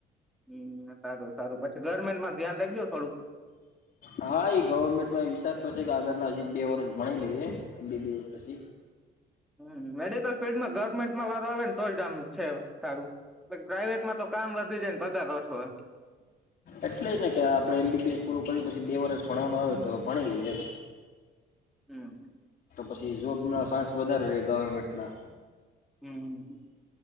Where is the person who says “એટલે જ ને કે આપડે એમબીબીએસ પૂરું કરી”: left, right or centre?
Left